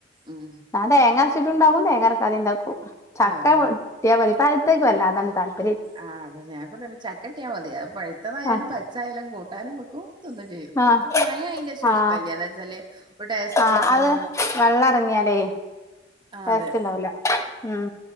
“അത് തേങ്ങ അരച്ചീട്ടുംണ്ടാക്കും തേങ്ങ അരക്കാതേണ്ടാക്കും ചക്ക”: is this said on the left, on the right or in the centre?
Left